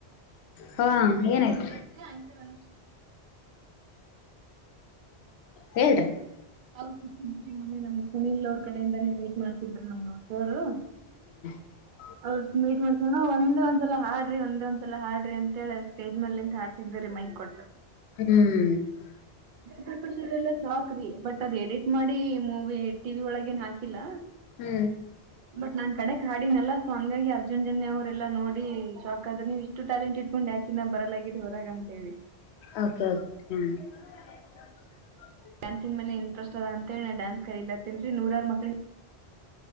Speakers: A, on the left; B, on the right.
A: ಹಾ ಏನಾಯ್ತು
B: ಪತ್ರಿ ಆಯಂಕರ್ ಅನುಶ್ರೀ
A: ಹೇಳ್ರಿ
B: ಅವ್ ಸಿಕ್ಕಿದ್ದೀರಿ ಮೊನ್ನೆ ನಮ್ಗೆ ಸುನಿಲ್ ಅವ್ರ ಕಡೆಯಿಂದಾನೇ ಮೀಟ್ ಮಾಡ್ಸಿದ್ರ ನಮ್ಗ ಅವರ ಸರು
A: ಹೌ
B: ಅವ್ರ ಮೀಟ್ ಮಾಡ್ಸೋಣ ಒಂದೆ ಒಂದ್ಸಲ ಹಾಡ್ರಿ ಒಂದೆ ಒಂದ್ಸಲ ಹಾಡ್ರಿ ಅಂತ ಹೇಳ ಅ ಸ್ಟೇಜ್ ಮ್ಯಾಲಿ ನಿಂತ ಹಾಡ್ಸಿ ಸಿದರಿ ಮೈಕ್ ಕೊಟ್
A: ಹ್ಮ್
B: ಪ್ರಪಷರೆಲ್ಲ ಸಾಕ್ರಿ ಬಟ್ ಮದ್ ಎಡಿಟ್ ಮಾಡಿ ಮೂವಿ ಟಿವಿ ಒಳಗೇನ್ ಹಾಕಿಲ್ಲ
A: ಹ್ಮ್
B: ಬಟ್ ನಾನ್ ಕಡೆಗೆ ಹಾಡಿನಲ್ಲ ಸೊ ಹಂಗಾಗಿ ಅರ್ಜುನ್ ಜನ್ಯ ಅವ್ರೆಲ್ಲಾ ನೋಡಿ ಶಾಕ್ ಆದ್ರ ನೀವು ಇಷ್ಟ ಟು ಟ್ಯಾಲೆಂಟ್ ಇಟ್ಕೊಂಡು ಯಾಕಿ ಬರಲಾಗಿರಿ ಹೊರಗ ಅಂತ ಹೇಳಿ
A: ಓಕೆ ಓಕೆ ಹ್ಮು ಹ
B: ಡಾನ್ಸಿನ ಮೇಲೆ ಇಟ್ರಸ್ಟ ಅಂತ ಹೇಳಿ ಡ್ಯಾನ್ಸ್ ಕಲಿಲಾಕತಿನ್ರಿ ನೂರಾರ ಮಕ್ಳಿಗೆ